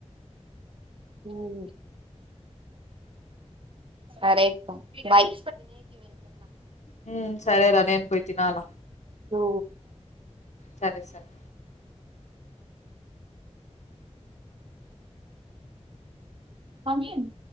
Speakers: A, on the right (about 50°); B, on the left (about 75°).
A: మ్మ్ సరేక్క బాయ్
B: మ్మ్ సరే రా నేన్ పోయ్తినాల
A: ఓ
B: సరే సార్
A: పంపిన్